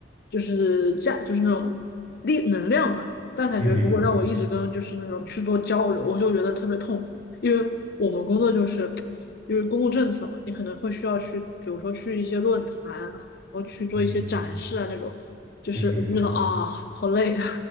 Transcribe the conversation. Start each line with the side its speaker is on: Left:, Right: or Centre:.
Left: 就是价，就是那种力能量吧。但感觉如果让我一直跟就是那种去做交流，
Right: 嗯哼，
Left: 我就觉得特别痛苦，因为我们工作就是就是公共政策嘛，你可能会需要去，比如说去一些论坛啊，然后去做一些展示啊那种，
Right: 嗯哼，
Left: 就是我就觉得啊，
Right: 嗯哼，
Left: 好累啊，